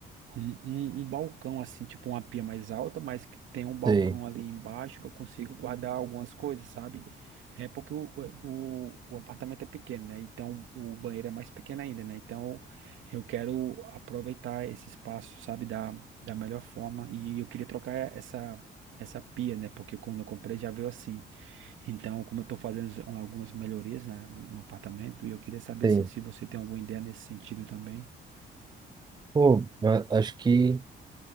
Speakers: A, on the right; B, on the right.
A: Um, um, um balcão, assim, tipo uma pia mais alta, mas que tem um balcão
B: sei,
A: ali embaixo que eu consigo guardar algumas coisas, sabe? É porque o, o, o apartamento é pequeno, né? Então o banheiro é mais pequeno ainda, né? Então eu quero aproveitar esse espaço, sabe, da, da melhor forma. E eu queria trocar essa, essa pia, né? Porque quando eu comprei já veio assim. Então, como eu tô fazendo algumas melhorias na, no apartamento, e eu queria saber,
B: sei.
A: assim, se você tem alguma ideia nesse sentido também.
B: Pô, mas acho que